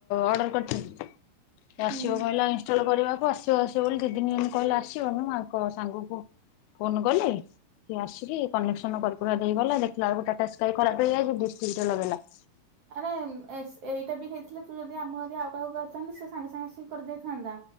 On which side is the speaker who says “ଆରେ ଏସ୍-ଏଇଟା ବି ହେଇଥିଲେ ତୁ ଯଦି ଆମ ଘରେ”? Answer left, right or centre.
Right